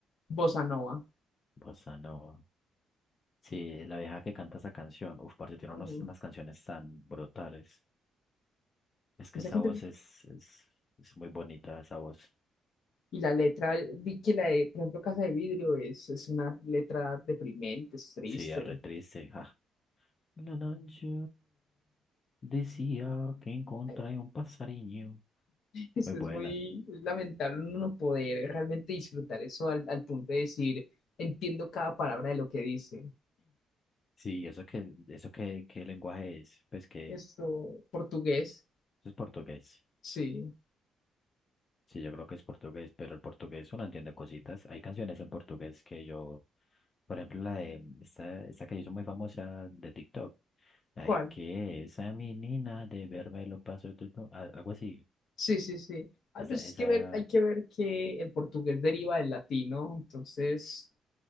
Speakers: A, on the left; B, on the left.
A: bossa nova.
B: Bossa nova. Sí, la vieja que canta esa canción. Uf, parce, tiene
A: Ujú.
B: unos- unas canciones tan brutales. Es que
A: Esa
B: esa
A: gente,
B: voz es, es, es muy bonita, esa voz.
A: Y la letra, vi que la de, por ejemplo, Casa de Vidrio es, es una letra deprimente, es triste.
B: Sí, es re triste. ah. La noche decía que encontré
A: <laughs>
B: un pasariño.
A: Es,
B: Muy
A: es
B: buena.
A: muy es lamentable uno no poder realmente disfrutar eso al, al punto de decir, entiendo cada palabra de lo que dice.
B: Sí, ¿eso que eso que qué lenguaje es? Pues que
A: Esto, portugués,
B: eso es portugués.
A: sí.
B: Sí, yo creo que es portugués, pero el portugués uno entiende cositas. Hay canciones en portugués que yo, por ejemplo, la de esta, esta que hizo muy famosa de TikTok, la
A: ¿Cuál?
B: de que esa menina de verme lo paso tú- tú", a- algo así.
A: Sí, sí, sí. A
B: Esa,
A: veces
B: esa,
A: que ver, hay que ver que el portugués deriva del latino, entonces